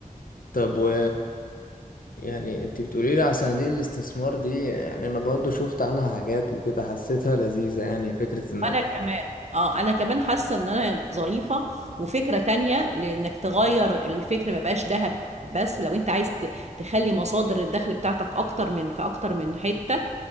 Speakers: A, on the left (about 75°); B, on the right (about 50°).
A: طب و يعني انت بتقولي لي على صناديق الاستثمار دي يعني انا برضو شفت عنها حاجات وكده حسيتها لذيذة يعني فكرة انك
B: انا كمان اه انا كمان حاسة ان انا ظريفة وفكرة تانية لانك تغير الفكر ما يبقاش ذهب بس لو انت عايز ت- تخلي مصادر الدخل بتاعتك اكتر من في اكتر من حتة